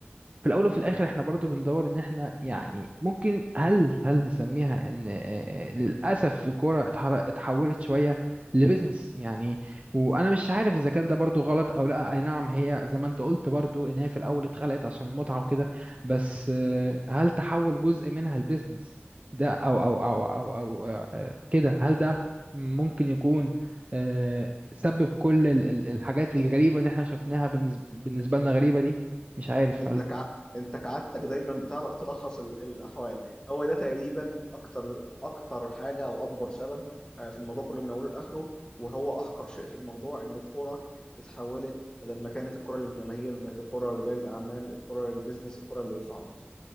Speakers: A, on the right; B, on the left.
A: في الاول وفي الاخر احنا برضو بندور ان احنا يعني ممكن هل هل نسميها ان آه، آه، للاسف الكوره اتحر- اتحولت شويه لبزنس يعني وانا مش عارف اذا كان ده برضو غلط او لا اي نعم هي زي ما انت قلت برضو ان هي في الاول اتخلقت عشان المتعه وكده بس آه،
B: انا
A: هل تحول جزء منها لبزنس ده او او او او او آه، آه، كده هل ده ممكن يكون آه، سبب كل ال- ال- الحاجات الغريبه اللي احنا شفناها بالنسب- بالنسبه لنا غريبه دي مش عارف
B: انت
A: هل
B: كع... انت كعادتك دايما بتعرف تلخص ال... الاحوال هو ده تقريبا اكتر اكتر حاجه او اكبر سبب آه، في الموضوع كله من اوله لاخره وهو احقر شيء في الموضوع ان الكوره اتحولت بدل ما كانت الكوره للجماهير بقت الكوره لرجال الاعمال الكوره للبيزنس الكوره اللي يدفع اكتر